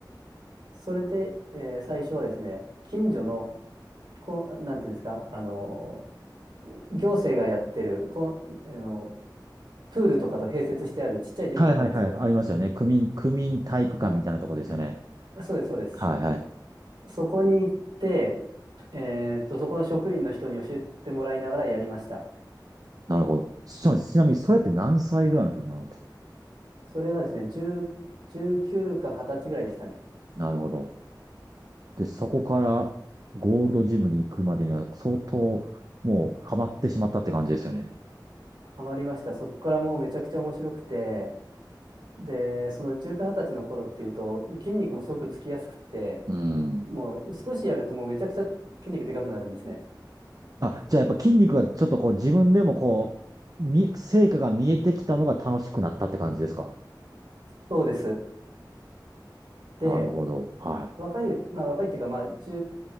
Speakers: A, on the right; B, on the right.
A: それで、えー最初はですね、近所の、こう、なんていうんですか、あのー、行政がやってる、こう、あの、プールとかと併設してあるちっちゃいジムがあるんですよ。
B: はいはいはい。ありますよね。区民、区民体育館みたいなとこですよね。
A: あ、そうです、そうです。
B: はいはい。
A: そこに行って、えーっと、そこの職員の人に教えてもらいながらやりました。
B: なるほど。ちなちなみに、それって何歳ぐらいの時なんですか
A: それがですね、10、19か20歳ぐらいでしたね。
B: なるほど。で、そこからゴールドジムに行くまでには相当もうハマってしまったって感じですよね。
A: ハマりました。そこからもうめちゃくちゃ面白くて、で、その19、20歳の頃っていうと、筋肉もすごくつきやすくって、
B: うん。
A: もう少しやるともうめちゃくちゃ筋肉でかくなるんですね。
B: あ、じゃあやっぱ筋肉がちょっとこう自分でもこう、み、成果が見えてきたのが楽しくなったって感じですか
A: そうです。で、
B: なるほど。は
A: 若いう、まあ若いっていうか、まあ1